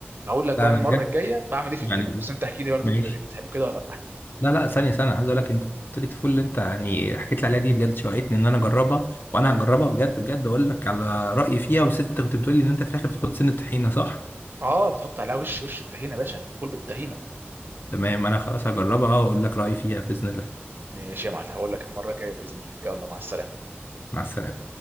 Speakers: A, on the right; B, on the left.
A: هقول لك بقى
B: لا انا
A: المره
B: بجد
A: الجايه بعمل ايه في
B: يعني
A: الجبن بس انت احكي لي برضه
B: ماشي
A: انت بتحبه كده ولا لا
B: لا لا ثانية ثانية أنا عايز أقول لك أنت طريقة الفول اللي أنت يعني حكيت لي عليها دي بجد شوقتني إن أنا أجربها وأنا هجربها بجد بجد أقول لك على رأيي فيها بس أنت كنت بتقول لي إن أنت في الآخر بتحط سن الطحينة صح؟
A: اه بتحط عليها وش وش الطحينه يا باشا فول بالطحينه
B: تمام أنا خلاص هجربها وأقول لك رأيي فيها بإذن الله
A: ماشي يا معلم هقول لك المرة الجاية بإذن الله يلا مع السلامة
B: مع السلامة